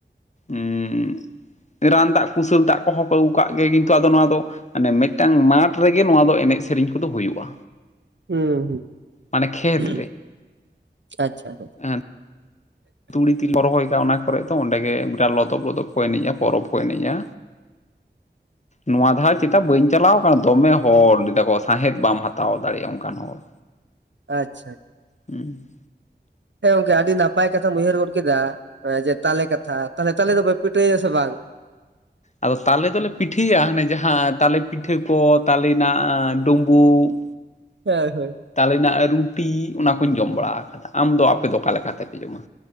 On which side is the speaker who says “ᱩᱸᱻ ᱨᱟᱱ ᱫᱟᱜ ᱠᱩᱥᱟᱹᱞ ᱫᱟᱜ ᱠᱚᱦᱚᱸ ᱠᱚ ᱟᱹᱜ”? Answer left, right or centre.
Left